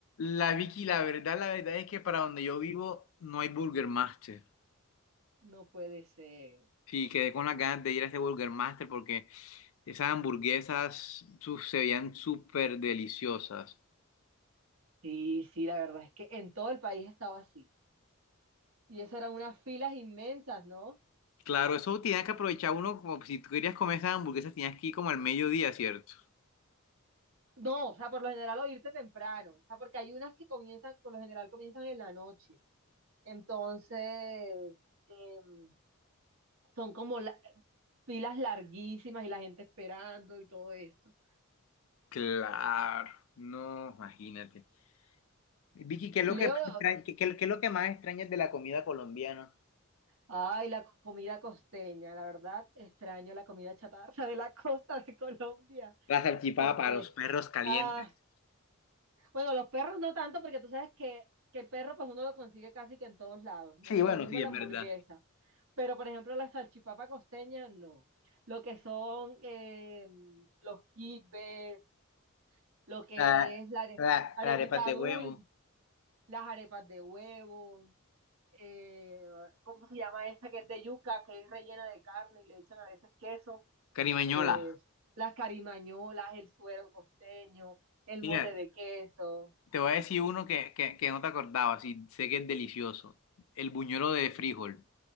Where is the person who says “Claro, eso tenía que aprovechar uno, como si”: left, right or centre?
Left